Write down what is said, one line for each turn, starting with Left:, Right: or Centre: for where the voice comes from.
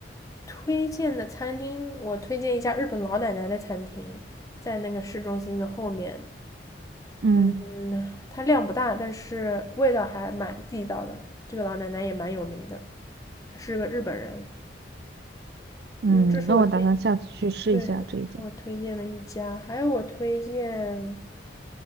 Left: 推荐的餐厅，我推荐一家日本老奶奶的餐厅，在那个市中心的后面。
Right: 嗯
Left: 嗯，它量不大，但是味道还蛮地道的。这个老奶奶也蛮有名的，她是个日本人。
Right: 嗯，
Left: 嗯，这是我推，
Right: 那我打算下次去试一下这一家。
Left: 对，是我推荐的一家。还有我推荐